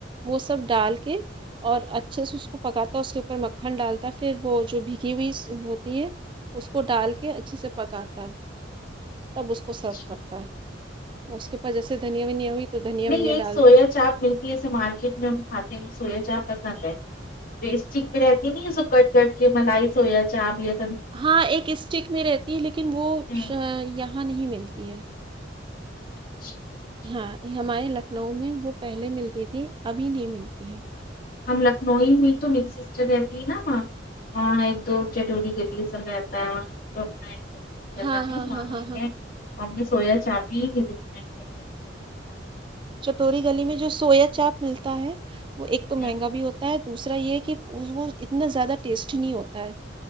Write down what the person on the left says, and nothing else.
اچھا
نہیں
ایک
سویا
چاپ ملتی ہےے مارکیٹ میں ہم کھاتے ہیں سویا چاپ پسند ہے پ اسٹک میں رہتی نا یہ سب کٹ کرٹ کے ملائی سو یا چا بھییا
ہوں،
اچھا
ہم لکھنؤئی ہوئی تو میری سسٹر رہتی نااں ہاں ایک دو چٹوری کے لیے سب رہتا ہےاںنا جگہایں
سویا چاابی رمڈ کر
چاپ